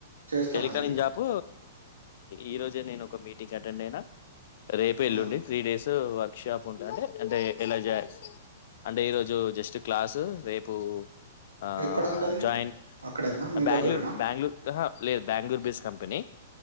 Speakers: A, on the right; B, on the left.
A: చేస్తానండి
B: టెలికాలంగ్ జాప్ ఈ
A: ఉమ్,
B: రోజే నేను మీటి టిట్ అటెండ్ అయినా రేప ఎల్లుండి
A: ఉమ్.
B: త్రీ డేస్ వర్క్ షాప్ ఉంటా అంటే అంటే ఇలా జ అంటే ఈరోజు జస్ట్ క్లాసు రేపు ఆ
A: ఎక్కడండి అది
B: జాయిన్
A: అక్కడేనా మీ
B: బ్యాంగ్ళూరు
A: దగ్గరేనా
B: బ్యాంగ్ళూర్ లేదు బెంగళూరు బేస్ కంపెనీ